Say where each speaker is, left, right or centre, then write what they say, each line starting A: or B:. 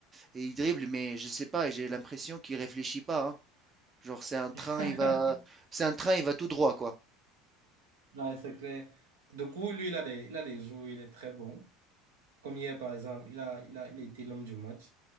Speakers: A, on the right; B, on the right.
A: Et il dribble, mais je sais pas, j'ai l'impression qu'il réfléchit pas. hein. Genre, c'est un train,
B: <laughs>
A: il va, c'est un train, il va tout droit, quoi.
B: Non, c'est clair. Du coup, lui, il a des, il a des jours où il est très bon. Comme hier, par exemple, il a, il a, il a été l'homme du match.